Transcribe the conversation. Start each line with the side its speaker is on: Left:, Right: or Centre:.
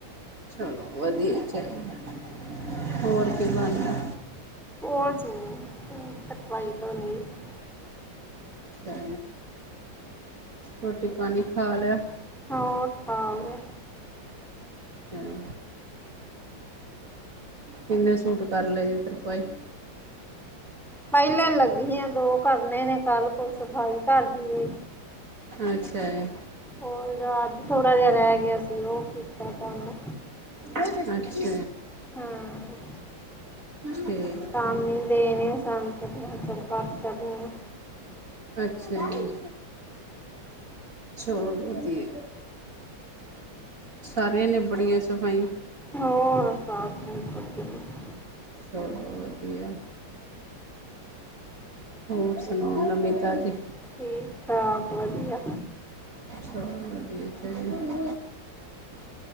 Right: ਚਲੋ ਵਧੀਆ ਚਾਹੀਦਾ, ਹੋਰ ਕੀ ਬਣਦਾ।
Centre: ਹੋਰ ਸੁਣਾਓ <unintelligible>
Right: ਅੱਛਾ, ਰੋਟੀ ਪਾਣੀ ਖਾ ਲਿਆ।
Centre: ਹੋਰ, ਖਾ ਲਿਆ
Right: ਹੈਂ। ਕਿੰਨੇ ਸੂਟ ਕਰ ਲਏ ਜੇ ਤਰਪਾਈ?
Centre: ਪਹਿਲੇ ਲੱਗੀ ਆ, ਦੋ ਕਰਨੇ ਨੇ, ਕੱਲ ਕੋਈ ਸਫ਼ਾਈ ਘੱਰ ਦੀ ਔ
Right: ਅੱਛਾ ਜੀ।
Centre: ਹੋਰ ਰਾਤ ਦੀ ਥੋੜਾ ਜਾ ਰੈ ਗਿਆ ਸੀ ਓਹ ਕੀਤਾ ਕੰਮ।
Right: ਅੱਛਾ ਜੀ
Centre: ਹੂੰ,
Right: ਠੀਕ
Centre: ਸਵਾਮੀ ਦੇਣੇ ਸਨ ਫੇਰ ਮੈਂ ਖੈ ਚਲ ਕੱਟ ਸਕੂਂ।
Right: ਅੱਛਾ ਜੀ, ਚਲੋ ਵਧੀਐ। ਸਾਰੀਆਂ ਨਿਬੜ ਗਈਆਂ ਸਫਾਈ
Centre: ਹੋਰ ਸਾਬ ਮੂ <unintelligible>
Right: ਚਲੋ ਵਧੀਆ। ਹੋਰ ਸੁਣਾਓ, ਨਵੀ-ਤਾਜੀ?
Centre: ਠੀਕ ਠਾਕ ਵਧੀਆ
Right: ਚਲੋ ਵਧੀਆ ਈ ਚਾਈਦਾ